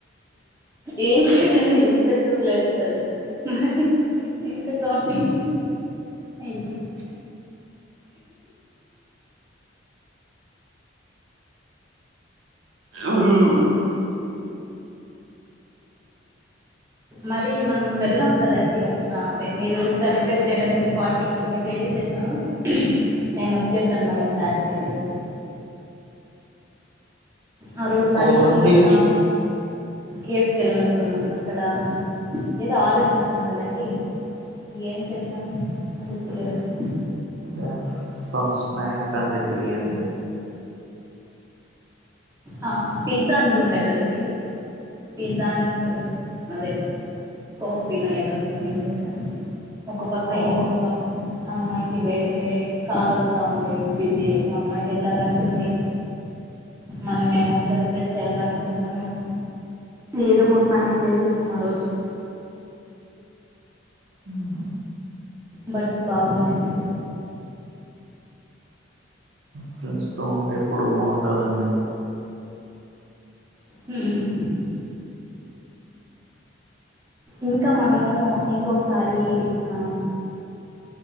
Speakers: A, on the right; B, on the right.
A: ఏంటండీ మీరు ఇట్ల జోకులు ఏస్తున్నారు మరి ఇంత కామెడీ అయ్యా
B: ఉమ్,
A: మరి మనం వెళ్ళాం కదండి అదే మీరు సెలబ్రేట్ చేయడానికి పార్టీకి మీరు రెడీ చేసినరు నేను వచ్చేసాను మళ్ళి క్లాస్కి వెళ్ళేసి ఆ రోజు మరీ
B: అవునండి
A: ఆ కేఫ్కి వెళ్ళినట్లు ఉన్నాం అక్కడ ఏదో ఆర్డర్ చేశాం కదండి ఏం చేసాం గుర్తులేదు నాకు
B: ఇగ సమ్ స్నాక్స్ అండి టీ అండి
A: ఆ పిజ్జా అనుకుంట కదండి పిజ్జా అదే కాఫీ నో ఏదో సమ్థింగ్ చేసాం ఒక పక్క
B: అవును
A: ఇంకొక అమ్ అమ్మాయి వేరే కాల్ వస్తా ఉంది బిజీ ఆ అమ్మాయి వెళ్ళాలంటుంది మనం ఏమో సెలబ్రేట్ చేయాలనుకుంటున్నాం ఏదో మొత్తానికైతే చేసేసాం ఆ రోజు
B: ఉమ్
A: బట్ బాగుందండి
B: ఫ్రెండ్స్ తో ఉంటే ఎప్పుడు బాగుంటారండి
A: హ్మ్ ఇంకా మనము ఇంకొకసారి ఆ